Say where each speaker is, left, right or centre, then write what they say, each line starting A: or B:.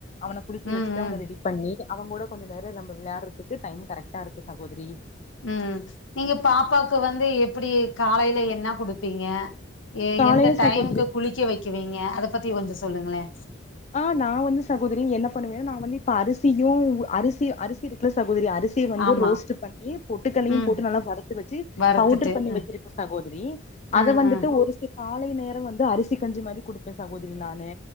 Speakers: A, on the left (about 35°); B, on the left (about 80°).
A: அவன குளிக்க
B: ம்
A: வச்சுட்டு
B: ம்
A: அவன ரெடி பண்ணி அவுங்க கூட கொஞ்சோ நேரோ நம்ழ விளையாட்றதுக்கு டைம் கரெக்டாருக்கு சகோதரி
B: ம் நீங்க பாப்பாக்கு வந்து எப்டி காலைல என்ன குடுத்தீங்க
A: காலையில
B: எந்த டைமுக்கு
A: சகோதரி
B: குளிக்க வைக்கவீங்க அத பத்தி கொஞ்சோ சொல்லுங்களே
A: ஆ நா வந்து சகோதரி என்ன பண்ணுவேன்னா நா வந்து இப்ப அரிசியு அரிசி அரிசி இருக்குல சகோதரி அரிசிய வந்து
B: ஆமா
A: ரோஸ்ட் பண்ணி பொட்டுக்கல்லயு
B: ம்
A: போட்டு நல்லா வறுத்து வச்சி
B: வறுத்துட்டு
A: பவுடர் பண்ணி
B: அ
A: வச்சிருக்கோ சகோதரி அத
B: அ
A: வந்துட்டு
B: அ
A: ஒரு காலை நேரம் வந்து அரிசி கஞ்சி மாரி குடுப்பே சகோதரி நானு